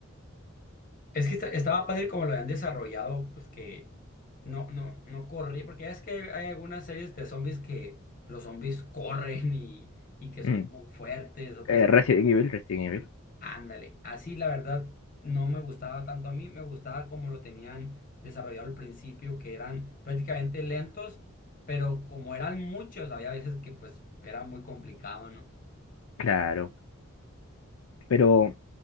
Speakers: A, on the left; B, on the left.
A: Es que esta- estaba padre como lo habían desarrollado, pues que no, no, no corrí, porque ya es que hay, hay algunas series de zombies que los zombies corren y, y que son
B: Mm.
A: muy fuertes o
B: Eh,
A: que son
B: Resident Evil, Resident Evil,
A: Ándale, así la verdad no me gustaba tanto a mí, me gustaba como lo tenían desarrollado al principio, que eran prácticamente lentos, pero como eran muchos, había veces que pues era muy complicado, ¿no?
B: claro. Pero,